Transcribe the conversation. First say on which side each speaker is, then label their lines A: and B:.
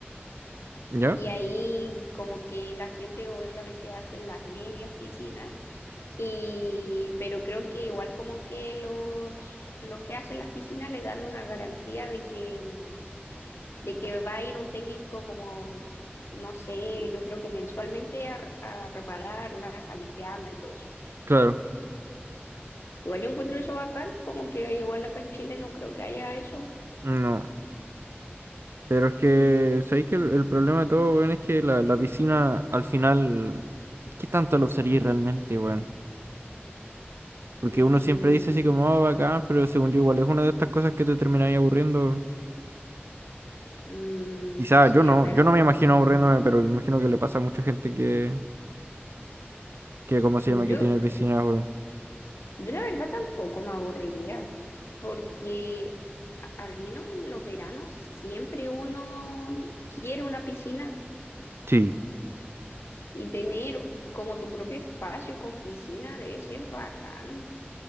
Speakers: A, on the right (about 70°); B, on the left (about 75°).
A: ¿Ya?
B: y ahí como que la gente obviamente hace las medias piscinas y pero creo que igual como que los los que hacen las piscinas les dan una garantía de que mm, de que va a ir un técnico como no sé, yo creo que mensualmente a, a repararlas, a limpiarlas y todo eso.
A: Claro.
B: Igual yo encuentro eso bacán, como que igual acá en Chile no creo que haya eso.
A: No. Pero es que, ¿sabéis que el, el problema de todo, weón, es que la, la piscina al final, ¿qué tanto lo usaría realmente, weón? Porque
B: Mm,
A: uno siempre dice así como, oh, bacán, pero según yo igual es una de estas cosas que te termináis aburriendo.
B: mm,
A: Quizás
B: sí,
A: yo no,
B: es verdad.
A: yo no me imagino aburriéndome, pero me imagino que le pasa a mucha gente que, que ¿cómo se
B: Yo,
A: llama? Que tiene piscinas, weón.
B: yo la verdad tampoco me aburriría, porque a- al menos en los veranos siempre uno quiere una piscina
A: Sí.
B: y tener como tu propio espacio con piscina debe ser bacán.